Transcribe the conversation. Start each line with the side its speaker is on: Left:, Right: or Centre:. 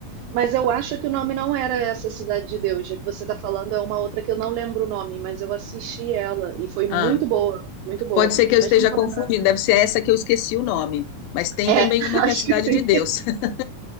Right: Mas eu acho que o nome não era essa Cidade de Deus. Já que você está falando, é uma outra que eu não lembro o nome, mas eu assisti ela e foi muito
Left: Ah,
Right: boa, muito boa.
Left: pode ser que eu esteja
Right: Mas não vou
Left: confundindo,
Right: lembrar também.
Left: deve ser essa que eu esqueci o nome, mas tem
Right: É, <laughs>
Left: também uma que
Right: acho
Left: é a Cidade
Right: que sim.
Left: de Deus. <laughs>